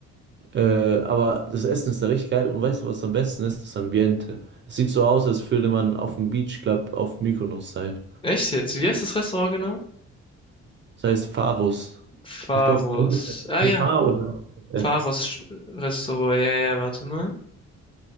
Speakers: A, on the right; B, on the left.
A: Äh, aber das Essen ist da richtig geil und weißt du, was am besten ist? Das Ambiente. Es sieht so aus, als würde man auf dem Beach Club auf Mykonos sein.
B: Echt jetzt? Wie heißt das Restaurant genau?
A: Das heißt Pharos.
B: Pharos.
A: Ich glaube,
B: Ah
A: PH
B: ja,
A: oder F.
B: Pharos Sch- Restaurant. Ja, ja, warte mal.